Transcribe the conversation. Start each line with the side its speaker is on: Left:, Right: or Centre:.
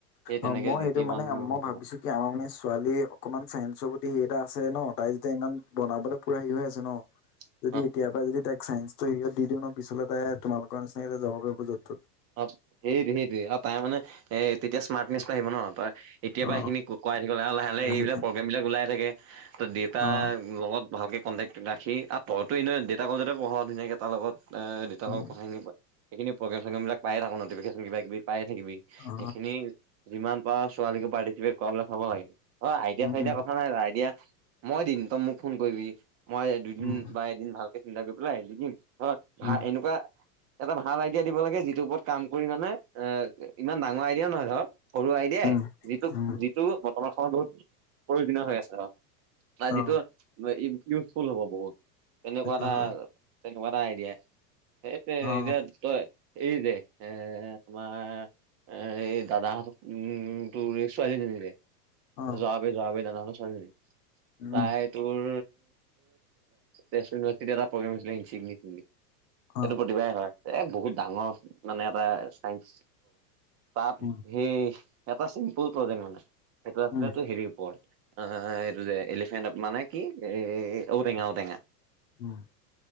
Right: সেই তেনেকে
Left: অ মই
Right: যি
Left: এইটো
Right: টি
Left: মানে
Right: বন নহ'ব
Left: মই ভাবিছোঁ, কি আমাৰ মানে ছোৱালী অকমান চায়েন্সৰ প্ৰতি সেই এটা আছে ন তাই যেতিয়া ইমান বনাবলৈ পুৰা হেৰি হৈ আছে ন।
Right: <unintelligible>
Left: যদি এতিয় পৰা যদি তাইক ছাইন্সতটো হিৰৰিত দিওঁ ন পিছলে তাই তোমালোকৰ নিচিনাকে যাব পাৰিব য'ত তত।
Right: অ সেইটো সেইৰি আৰু তাই মানে এ তেতিয়া স্মাৰ্টনেচ আহিব ন তাৰ কেতিয়া
Left: অ
Right: পৰা সেইখিনি ক কৰাই থাকিব লাগে আৰু লাহে লাহে এইবিলাক
Left: সেইকাৰণে
Right: প্ৰগ্ৰেম বিলাক ওলাই থাকে ত দেউতাৰ
Left: অ
Right: লগত। ভালকৈ কণ্টেক্ট ৰাখি আৰু তইতোনে দেউতাকৰ <unintelligible> পঢ়া ধুনীয়াকৈ তাৰ লগত
Left: উম,
Right: কথাখিনি সেইখিনি প্ৰগ্ৰেম ম্ৰগ্ৰেম পায় নোটিফিকিশন কিবা কিবি পাই থাকিবি
Left: অ
Right: সেইখিনি, যিমান পাৰ ছোৱালীকো পাৰ্টিচিপেট কৰা চাব লাগে অ আইডিয়া
Left: উম
Right: চাইডিয়া
Left: উম
Right: কথা নাই আইডিয়া, মই দিম তই মোক ফোন কৰিবি মই দুদিন
Left: উম
Right: বা এদিন ভালকে চিন্তা কৰি পেলাই আহ দি দিম। হয় ভা
Left: উম
Right: এনেকুৱা এটা ভাল আইডিয়া দিব লাগে যি ইৰত কাম কৰি মানে এ ইমান ডাঙৰ আইডিয়া নহয় ধৰ সৰু আইডিয়াই
Left: উম
Right: যিটো
Left: উম
Right: টো বৰ্তমান সময়ত বহুত প্ৰয়োজনীয় হৈ আছে আৰু যিটো।
Left: অ
Right: ইউজফুল হ'ব বহুত তেনেকুৱা
Left: সেইটো হয়
Right: এটা তেনেকুৱা এটা আইডিয়া। সেইটোৱে
Left: অ
Right: এতিয়া তই এই জে এ তোমাৰ এ এই দাদাহঁত উম তোৰ এই ছোৱালীজনি যে।
Left: অ
Right: <unintelligible>
Left: উম
Right: তাই, তোৰ এটা প্ৰগ্ৰেম হৈছিল। সেইটো
Left: অ
Right: প্ৰতিভায় হয় এ বহুত ডাঙৰ মানে এটা চাইন্স। তাত
Left: উম
Right: সেই এটা চিম্পুল প্ৰজেট মানে সেইটো আছিলো
Left: উম
Right: হেৰি ওপৰত। অ এইটো যে এলিফেণ্ট মানে কি এ ঔটেঙা ঔটেঙা।
Left: উম